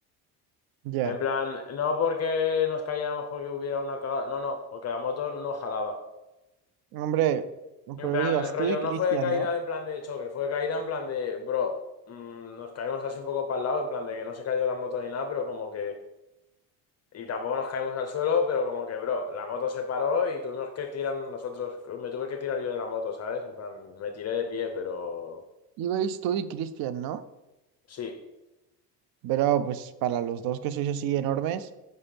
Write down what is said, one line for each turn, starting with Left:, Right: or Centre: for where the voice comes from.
Right: ya.
Left: En plan, no porque nos cayéramos porque hubiera una cagada, no, no, porque la moto no jalaba.
Right: Hombre,
Left: En
Right: pero
Left: plan,
Right: ibas
Left: rollo,
Right: tú y
Left: no
Right: Cristian,
Left: fue caída
Right: ¿no?
Left: en plan de choque, fue caída en plan de, bro, mm, nos caímos así un poco para el lado, en plan de que no se cayó la moto ni nada, pero como que, y tampoco nos caímos al suelo, pero como que, bro, la moto se paró y tuvimos que tirar nosotros, me tuve que tirar yo de la moto, ¿sabes? En plan, me tiré de pie, pero
Right: Ibais tú y Cristian, ¿no?
Left: sí.
Right: Pero pues para los dos que sois así enormes,